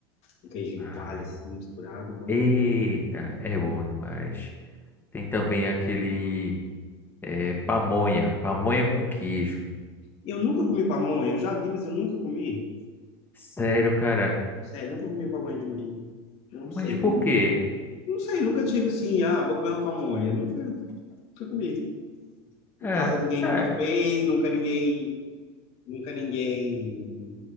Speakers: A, on the left; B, on the left.
A: Um queijinho
B: Ah,
A: coalho assim, misturado, bom
B: eita,
A: demais.
B: é bom demais. Tem também aquele é, pamonha, pamonha com queijo.
A: Eu nunca comi pamonha, eu já vi, mas eu nunca comi.
B: Sério, cara.
A: Sério, eu nunca comi pamonha de milho. Eu Não sei
B: Mas por
A: como.
B: quê?
A: Não sei, nunca tive assim, ah, vou comer uma pamonha. Nunca, nunca comi. Em
B: É,
A: casa ninguém
B: é,
A: nunca fez, nunca ninguém, nunca ninguém